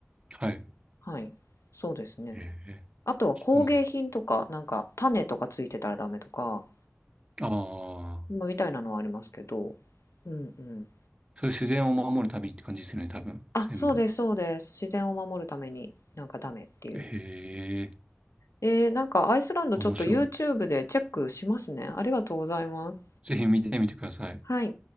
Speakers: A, on the right; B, on the left.
A: はい。
B: はい。そうですね。
A: へえ、
B: あとは工芸品とか、
A: そうなんだ。
B: なんか種とかついてたらダメとか、
A: ああ、
B: まあ、みたいなのはありますけど、うんうん。
A: それ自然を守るためにって感じですよね、多分。
B: あ、
A: 全部。
B: そうですそうです。自然を守るためになんかダメっていう。
A: へえ。
B: えー、なんかアイスランドちょっと
A: 面白い。
B: YouTube でチェックしますね。ありがとうございます。
A: ぜひ見てみてください。
B: はい。